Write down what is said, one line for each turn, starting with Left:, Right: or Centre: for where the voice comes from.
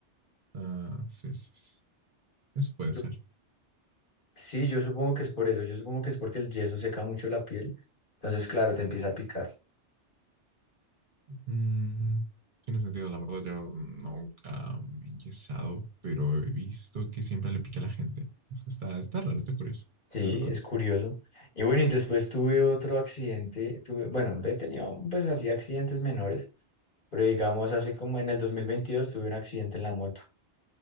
Right: Ah, sí, sí, sí. Eso puede
Left: Sup-
Right: ser.
Left: Sí, yo supongo que es por eso, yo supongo que es porque el yeso seca mucho la piel. Entonces, claro, te empieza a picar.
Right: Mm, tiene sentido, la verdad, yo nunca me he enyesado, pero he visto que siempre le pica a la gente. O sea, está, está raro, está curioso,
Left: Sí,
Right: la verdad.
Left: es curioso. Y bueno, y después tuve otro accidente, tuve, bueno, he tenido pues así accidentes menores, pero digamos hace como en el 2022 tuve un accidente en la moto.